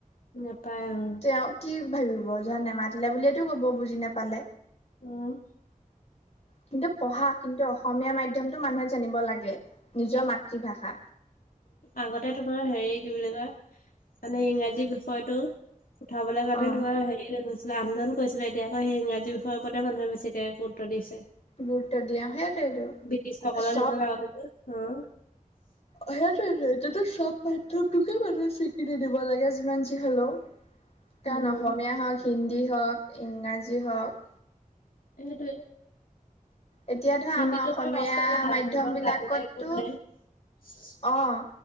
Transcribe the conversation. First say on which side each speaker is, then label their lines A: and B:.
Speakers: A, on the left (about 80°); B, on the left (about 45°).
A: নাপায় অ'।
B: তেওঁ কি ভাবিব যে নেমাতিলে বুলিয়েতো ক'ব বুজি নাপালে।
A: উম।
B: কিন্তু পঢ়া কিন্তু অসমীয়া মাধ্যমতো মানুহে জানিব লাগে নিজৰ মাতৃভাষা।
A: আগতে তোমাৰ হেৰি কি বুলি কয় মানে ইংৰাজী বিষয়টো। উঠাবলে কাৰণে
B: অ
A: তোমাৰ হেৰি আন্দোলন কৰিছিলে। এতিয়া আকৌ ইংৰাজী বিষয়ৰ ওপৰতে মানুহে বেছি গুৰুতৰ দিছে।
B: গুৰুত্ব দিয়ে সেইটোৱেইটো
A: ব্ৰিটিছসকলৰ
B: চব
A: দিনত আগতেটো। উম।
B: অ', সেইটোৱেটো চব পাঠ্যটোকে বাৰু স্বীকৃতি দিব লাগে যিমান যি হ'লেও।
A: উম
B: কাৰণ অসমীয়া হওঁক হিন্দী হওঁক ইংৰাজী হওঁক।
A: সেইটোৱে।
B: এতিয়া ধৰা
A: <inaudible>
B: আমাৰ অসমীয়া মাধ্যম বিলাকতো অ'।